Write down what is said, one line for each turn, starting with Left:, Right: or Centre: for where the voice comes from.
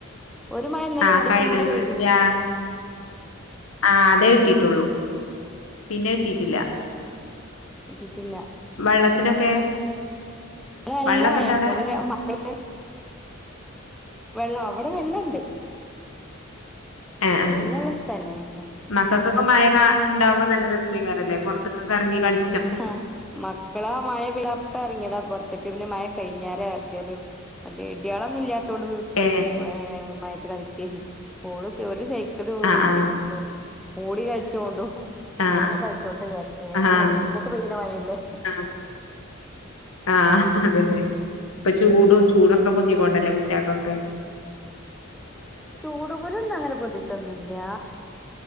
Centre: ഒരു മഴ ഇന്നലെ
Left: ആഹ്
Centre: രണ്ടീസം
Left: കൈ
Centre: മുന്നേ
Left: വ്യാ
Centre: പെയ്തു
Left: ആ അതെ ട്ടീട്ടുള്ളൂ പിന്നെ കിട്ടീട്ടില്ല.
Centre: കിട്ടീട്ടില്ല
Left: വെള്ളത്തിനൊക്കെ
Centre: ഇവിടെ നല്ല
Left: വെള്ളൊക്കെ ഇണ്ടോ അവിടെ
Centre: മഴേ <unintelligible> രു മക്കള് വെള്ളോ അവിടെ വെള്ളണ്ട്
Left: ആഹ് ആ
Centre: വെള്ളള്ള സ്ഥലാണ് ഞങ്ങൾ
Left: മക്കക്കൊക്കെ മഴ കാ ണ്ടാവുമ്പോ നല്ല രസ് കാരല്ലേ പൊറത്ത്ക്ക് ഒക്കെ ഇറങ്ങി കളി
Centre: ഹോ മക്കളാ മഴ പെയ്ത അപ്പോ ഇറങ്ങിയതാ പൊറത്ത് ക്ക് പിന്നെ മഴ കയിഞ്ഞേരാ കെയറിയും മറ്റേ ഇടിയാളൊന്നും ഇല്യാ ത്തോണ്ട് സ്പറ്റി
Left: ഏ
Centre: മഴ സ്സ് കളിക്യേം പോള് ഓല് സെ <unintelligible>
Left: ആഹ് ആഹ്
Centre: ഓടി കളിച്ചോണ്ടു
Left: ആഹ്
Centre: ന്നാ പിന്നെ കളിച്ചോട്ടെ വിചാരിച്ചു
Left: ആഹ്
Centre: എന്തെങ്കിലും ക്ക് പെയ്ത മഴയല്ലേ
Left: ആഹ് ആഹ് അതന്നെ ഇപ്പ ചൂടും ചൂടൊക്കെ പൊന്തിക്കൊണ്ടല്ലേ ട്യാകൊക്കെ
Centre: ചൂടുകുരൊന്നും അങ്ങനെ പൊന്തീട്ടൊന്നൂല്ല